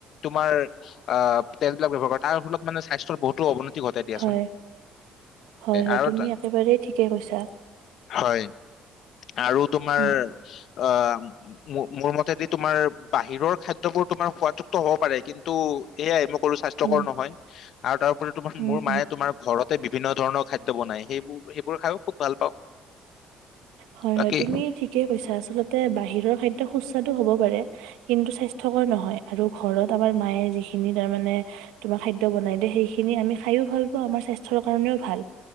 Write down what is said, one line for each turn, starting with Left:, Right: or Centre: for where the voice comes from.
Left: তোমাৰ আ তেলবিলাক ব্যৱহাৰ কৰে তাৰ ফলত মানে স্বাস্থ্যৰ বহুতো অৱনতি ঘটাই দিয়াচোন
Right: হয়, হয় হয়
Left: আৰু
Right: তুমি
Left: তা-
Right: একেবাৰে ঠিকে কৈছা।
Left: হয়। আৰু তোমাৰ
Right: উম।
Left: অ মোৰ মোৰ মতেদি তোমাৰ বাহিৰৰ খাদ্যবোৰ তোমাৰ সোৱাদযুক্ত হ'ব পাৰে কিন্তু এয়াই মোক সৰু স্বাস্থ্যকৰ
Right: উম,
Left: নহয় <unintelligible> আৰু তাত <unintelligible>
Right: উম,
Left: মোৰ মায়ে
Right: উম,
Left: তোমাৰ ঘৰত বিভিন্ন ধৰণৰ খাদ্য বনাই সেইবোৰ সেইবোৰ খাইও খুব ভাল পাওঁ।
Right: হয়
Left: বাকী
Right: হয় তুমি ঠিকে কৈছা আচলত বাহিৰৰ খাদ্য সুস্বাদু হব পাৰে কিন্তু স্বাস্থ্যকৰ নহয় আৰু ঘৰত আমাৰ মায়ে যিখিনি তাৰমানে তোমাক খাদ্য বনাই দে সেইখিনি আমি খাইও ভাল পাওঁ আমাৰ স্বাস্থ্যৰ কাৰণেও ভাল।